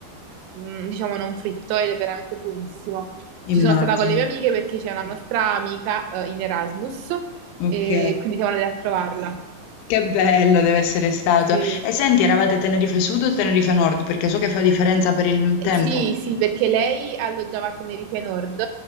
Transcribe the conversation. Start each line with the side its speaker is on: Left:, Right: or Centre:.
Right: mh, diciamo non fritto ed è veramente buonissimo. Ci
Left: immagino.
Right: sono stata con le mie amiche perché c'è una nostra amica eh, in Erasmus
Left: Ok.
Right: e quindi siamo andate a trovarla.
Left: Che bello deve essere stato.
Right: Sì.
Left: E senti, eravate Tenerife Sud o Tenerife Nord? Perché so che fa differenza per il
Right: Eh,
Left: tempo.
Right: Sì, sì, perché lei alloggiava a Tenerife Nord